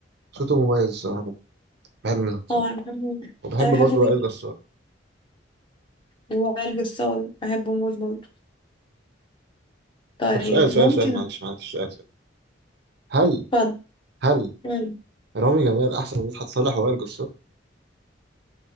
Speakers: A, on the right; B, on the left.
A: صوته مميز الصراحه بحب مدحت صالح
B: اه انا بحبه
A: وبحب
B: انا
A: برضه
B: بحبه جدا
A: وائل جسار
B: وائل جسار بحبه موت برضه طيب
A: طب سؤال سؤال
B: ممكن
A: سؤال معلش معلش سؤال سؤال هل
B: اتفضل
A: هل
B: مم.
A: رامي جمال احسن من مدحت صالح ووائل جسار